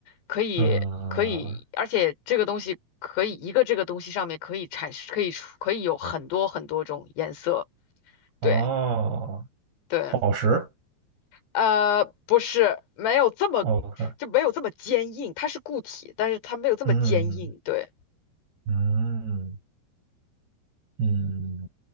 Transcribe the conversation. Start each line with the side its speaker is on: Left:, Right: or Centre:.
Left: 可以可以，
Right: 呃，
Left: 而且这个东西可以一个这个东西上面可以产生，可以出可以有很多很多种颜色，
Right: 哦，
Left: 对对，
Right: 宝石。
Left: 呃，不是，没有这么
Right: OK，
Left: 就没有这么坚硬，它是固体，但是它没有这么坚硬，
Right: 嗯
Left: 对，
Right: 嗯嗯，